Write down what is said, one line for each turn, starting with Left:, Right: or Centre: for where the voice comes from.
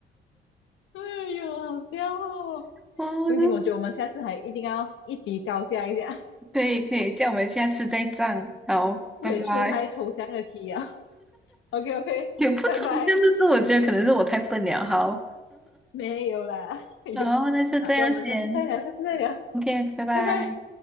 Left: <laughs> 哎呦，好笑哦。
Centre: 哦，
Left: 风景，我觉得我们下次还一定要一比高下一下，
Centre: 可以可以，这样我们下次再战。好，
Left: <laughs> 不可以出太抽象的题啊。
Centre: 拜拜。
Left: OK OK，
Centre: 也不抽象，
Left: 拜拜，
Centre: 但是我觉得可能是我太笨了。好，
Left: <laughs> 没有啦，哎呦，
Centre: 然后那就这样先。
Left: 那叫我们下次再聊，下次再聊，
Centre: OK，拜拜。
Left: 拜拜。